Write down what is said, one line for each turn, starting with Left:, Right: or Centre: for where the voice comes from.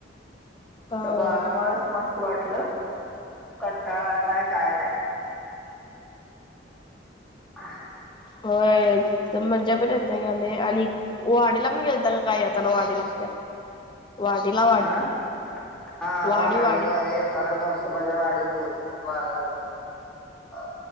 Left: होय
Centre: त्या बाळा मुळच मस्त वाटलं. कंटाळा आला नाही, काय नाय. <inaudible>
Left: होय त मज्जा पण <unintelligible> आली आणि वाडीला पण गेलता का काय, येताना वाडीला? <inaudible> वाडीला
Centre: अं हा
Left: वाडी
Centre: वाडीन
Left: वाडी
Centre: येताना नरसोबाच्या वाडीत <unintelligible> अ